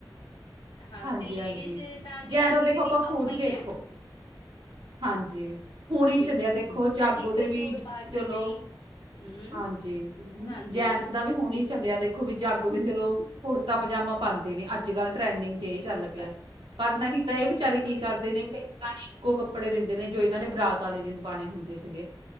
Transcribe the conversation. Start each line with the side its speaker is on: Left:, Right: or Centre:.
Left: ਹਾਂ
Right: ਹਾਂਜੀ-
Left: ਤੇ ਲੇਡੀਜ਼
Right: ਹਾਂਜੀ ਜੈਂਨਸ
Left: ਕਹਿਣਗੇ
Right: ਤਾਂ ਦੇਖੋ
Left: ਦੀਦੀ
Right: ਆਪਾਂ ਖੁੱਦ
Left: ਹੀ
Right: ਵੇਖੋ।
Left: ਹੈ
Right: ਹਾਂਜੀ ਹੁਣੇ ਹੀ
Left: ਬਿਲਕੁਲ
Right: ਚੱਲਿਆ ਦੇਖੋ ਜਾਗੋ
Left: ਅਸੀਂ ਇੱਕ
Right: ਤੇ ਵੀ
Left: ਸੂਟ ਪਾ ਕੇ
Right: ਚਲੋ
Left: ਨਹੀਂ ਹਮ
Right: ਹਾਂਜੀ
Left: ਹਾਂਜੀ
Right: ਜੈਂਟਸ ਦਾ ਵੀ ਹੁਣ ਹੀ ਚੱਲਿਆ ਦੇਖੋ ਵੀ ਜਾਗੋ ਤੇ ਚਲੋ ਕੁੜਤਾ-ਪਜਾਮਾ ਪਾਂਦੇ ਨੇ ਅੱਜ- ਕੱਲ ਟਰੈਂਡਿੰਗ ਜੇ ਇਹ ਚੱਲ
Left: ਕੁੜਤਾ
Right: ਪਿਆ, ਪਰ ਨਹੀਂ ਤਾਂ ਇਹ ਵਿਚਾਰੇ
Left: ਬਿਲਕੁਲ
Right: ਕੀ
Left: ਦੀਦੀ
Right: ਕਰਦੇ ਨੇਂ ਹੀ ਇੱਕੋ ਕੱ ਕੱਪੜੇ ਦਿੰਦੇ ਨੇਂ ਜੋ ਇਹਨਾਂ ਨੇ ਬਰਾਤ ਵਾਲੇ ਦਿਨ ਪਾਣੇ ਹੁੰਦੇ ਸੀਗੇ।